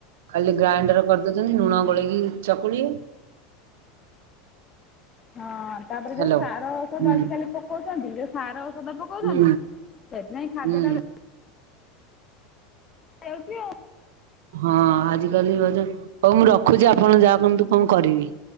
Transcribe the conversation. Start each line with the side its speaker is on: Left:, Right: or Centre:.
Right: ଖାଲି ଗ୍ରାଇଣ୍ଡର କରି କରଚନ୍ତି ଲୁଣ
Left: ହୁଁ,
Right: ଗୋଳେଇକି ଚକୁଳି।
Left: ହଁ ତାପରେ
Right: ହ୍ୟାଲୋ।
Left: ଯୋଉ ସାର ଓଷଧ
Right: ହୁଁ
Left: ଆଜି କାଲି ପକୋଉଚନ୍ତି ଯୋଉ ସାର ଓଷଧ ପକୋଉଚନ୍ତି
Right: ହୁଁ
Left: ସେଥିପାଇଁ ଖାଦ୍ୟଟା
Right: ହୁଁ।
Left: ବେ ଚାଲଚି ଆଉ।
Right: ହଁ ଆଜିକାଲି ହୋଉଚି ହୋଉ ମୁଁ ରଖୁଚି ଆପଣ ଯା କୁହନ୍ତୁ କଣ କରିବି।